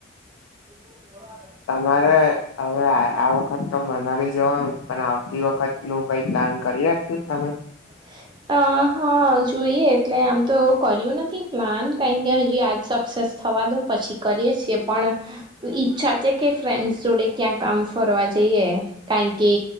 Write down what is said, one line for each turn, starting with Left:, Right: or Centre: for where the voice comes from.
Right: <unintelligible>
Left: તમારે હવે આ વખત તો મનાલી જવાનું પણ આવતી વખત નું કઈ પ્લાન કરી નાખ્યું તમે
Right: <inaudible> અ હા જોઈએ એટલે આમ તો કર્યું નથી પ્લાન કારણ કે હજી આજ સક્સેસ થાય. વાદો પછી કરીએ છીએ પણ ઈચ્છા છે કે ફ્રેન્ડ જોડે ક્યાં આમ ફરવા જઈ એ કારણ કે